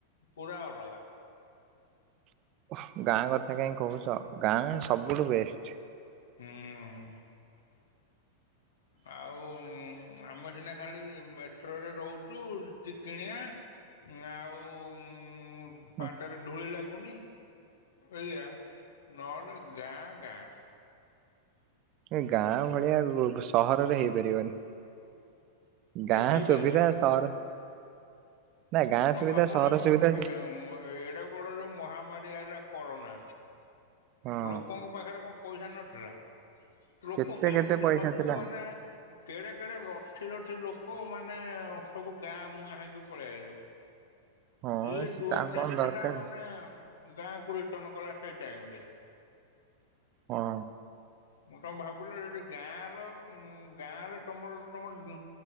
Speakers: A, on the left; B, on the right.
A: ପୁରା ଅଲଗା।
B: ହୋ ଗାଁ କଥା କଇଁ କହୁଚ ଗାଁ ସବୁଠୁ ବେଷ୍ଟ।
A: ହୁଁ। ଆଉ ଉଁ ଆମେ ସିନା ଖାଲି ମେଟ୍ରୋରେ ରହୁଚୁ ଚୁ ଚିଣିଆ ଆଉ ଉଁ
B: ହୁଁ,
A: ପାଦ ରେ ଧୂଳିି ଲା ନି ଏଇଆ ନହେଲେ ଗାଁ ଗାଁ।
B: ଏ ଗାଁ ଭଳିଆ ଗ ସହରରେ ହେଇପାରିବନି। ଗାଁ
A: କେବେ ବି
B: ସୁବିଧା
A: ହେଇପାରିବନି
B: ସହର ନା ଗାଁ
A: ତମେ
B: ସୁବିଧା
A: ଭାବୁନ
B: ସହର ସୁବିଧା
A: ଏ ମଁ ମଁ ଏଡେ ବଡ ଯୋଉ ମହାମାରୀ ରି ଆଇଲା କରୋନା
B: ହଁ
A: ଲୋକଙ୍କ ପାଖରେ କଣ ପଇସା ନଥିଲା? ଲୋକ
B: କେତେ
A: କାହିଁକି
B: କେତେ ପଇସା
A: ସବୁ
B: ଥିଲା
A: ମାନେ କେଡେ କେଡେ ର ଥି ରଥି ଲୋକ ମାନେ ସବୁ ଗାଁ ମୁହାଁ ହେଇକି ପଳେଇଆଇଲେ।
B: ହଁ
A: ଯିଏ
B: ସେ
A: ଯୁଆଡେ
B: ତା କଣ ଦରକାର
A: ଥିଲା ମାନେ ଗାଁ କୁ ରିଟନ କଲା ସେଇ ଟାଇମରେ।
B: ହଁ।
A: ମୁଁ ତମେ ଭାବିଲ ଯି ଗାଁ ର ଉ ଗାଁରେ ତମର ତମର